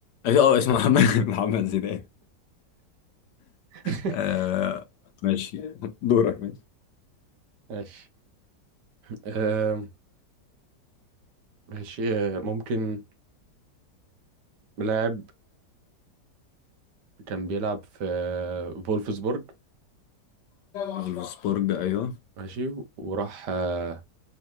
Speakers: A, on the left; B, on the right.
A: اه آه، اسمه محمد <laughs> محمد زيدان
B: <laughs>
A: آه ماشي دورك ماشي
B: ماشي آه ماشي آه ممكن لاعب كان بيلعب في آه، فولفسبورج
A: فولفسبورج ايوه
B: ماشي وراح آه